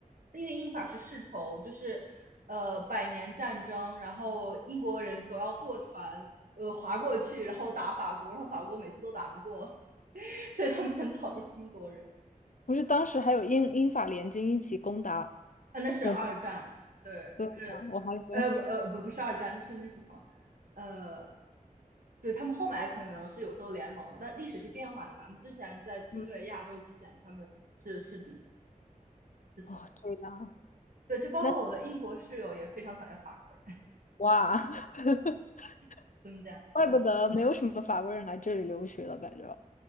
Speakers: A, on the right; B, on the left.
A: 因为英法是世仇，就是呃百年战争，然后英国人总要坐船呃划过去，然后打法国，然后法国每次都打不过，<laughs> 所以他们很讨厌英国人。
B: 不是当时还有英英法联军一起攻打
A: 啊，那是二战，
B: 我们？
A: 对，
B: 对呀，我还以为，
A: 呃，呃不呃不不是二战，那是那什么，呃，对他们后来可能是有时候联盟，但历史是变化的嘛。之前在侵略亚洲之前，
B: 嗯，
A: 他们是是敌是仇，
B: 哦，这样，
A: 对，就包括我的英国室友也非常讨厌法国人，
B: 那哇，<laughs>
A: <laughs> 怎么讲？
B: 怪不得没有什么法国人来这里留学了，
A: 嗯
B: 感觉，